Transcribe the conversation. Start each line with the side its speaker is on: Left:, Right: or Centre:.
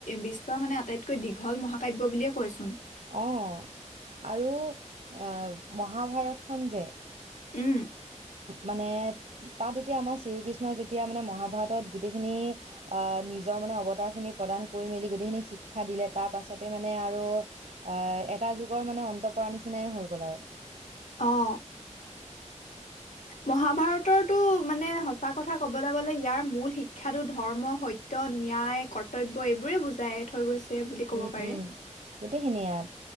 Left: বিশ্বৰ মানে আটাইতকৈ দীঘল মহাকাব্য বুলিয় কয় কৈচোন
Right: অ আৰু আহ মহাভাৰতখন যে
Left: উম
Right: মানে তাত এতিয়া আমাৰ শ্ৰীকৃষ্ণই যেতিয়া মানে মহাভাৰতত গোটেইখিনি আহ নিজৰ মানে অৱতাৰ খিনি প্ৰদান কৰি মেলি গোটেইখিনি শিক্ষা দিলে তাৰ পাছতে মানে আৰু অ এটা যুগৰ মানে অন্ত পৰা নিচিনাই হৈ গ'ল আৰু
Left: অঁ মহাভাৰতৰটো মানে সঁচা কথা কবলৈ গলে ইয়াৰ মূল শিক্ষাটো ধৰ্ম সত্য ন্যায় কৰ্তব্য এইবোৰে বুজাই থৈ গৈছে বুলি কব
Right: উম
Left: পাৰে
Right: উম গোটেইখিনি ইয়াত